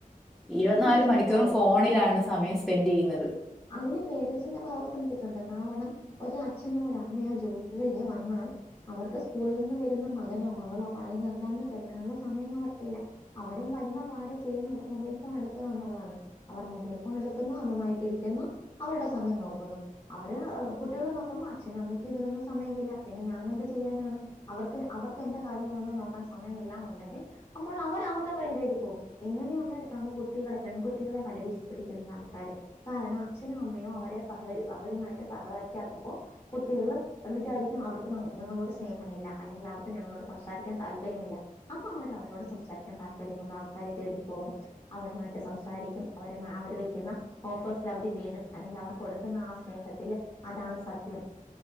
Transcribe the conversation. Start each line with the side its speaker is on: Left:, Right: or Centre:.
Centre: ഇരുപത്തിനാല്
Left: തീർച്ചയായിട്ടും
Centre: മണിക്കൂർ
Left: അതെ
Centre: ഫോണിലാണ് സമയം സ്പെൻഡ് ചെയ്യുന്നത്
Left: അതില് പേരൻസിന്റെ ഭാഗത്തും തെറ്റുണ്ട് കാരണം ഒരു അച്ഛനോ ഒരമ്മയോ ജോലി കഴിഞ്ഞ് വന്നാൽ അവർക്ക് സ്കൂളിൽ നിന്ന് വരുന്ന മകനോ മകളോ പറയുന്നത് എന്താണെന്ന് കേൾക്കാനുള്ള സമയം അവർക്കില്ല അ- അവരും വരുന്നപാടെ ചെയ്യുന്നത് മൊബൈൽഫോണെടുക്കന്നുള്ളതാണ് അവർ മൊബൈൽ ഫോണെടുക്കുന്നു അതുമായിട്ടിരിക്ക <unintelligible> അവരുടെ സമയം നോക്കുന്നു അവര് കുട്ടികളെനോക്കുമ്പോ അച്ഛനും അമ്മയ്ക്കും ഇതിനൊന്നുസമയമില്ല പിന്നെ ഞാനെന്തുചെയ്യാനാണ് അവർക്ക് അവർക്ക് എന്റെ കാര്യങ്ങളൊന്നും നോക്കാൻ സമയമില്ലന്നുണ്ടെങ്കിൽ അപ്പോൾ അവ <unintelligible> വഴിതേടിപ്പോവും ഇങ്ങനെയുള്ളിടത്താണ് കുട്ടികളെ പെൺകുട്ടികളെ വലവേശിപ്പിടിക്കുന്ന ആൾക്കാര്. കാരണം അച്ഛനും അമ്മയും അവരെ സഹക അവരുമായിട്ട് സഹകരിക്കാത്തപ്പോ കുട്ടികള് വിചാരിക്കു അവർക്ക് <unintelligible> ഞങ്ങളോട് സ്നേഹമില്ല അല്ലെങ്കിൽ അവർക്ക് ഞങ്ങളോട് സംസാരിക്കാൻ താല്പര്യമില്ല അപ്പൊഅവർ അവരോട് സംസാരിക്ക <unintelligible> താല്പര്യമുള്ള ആൾക്കാരെതേടിപ്പോകും അവരുമായിട്ട് സംസാരിക്കും അവരുമാ അവര് വെക്കുന്ന ഓഫേഴ്സിൽ അവര് വീഴും അല്ലെങ്കിൽ അവർ കൊടുക്കുന്ന ആ സ്നേഹത്തില് അതാണ് സത്യം.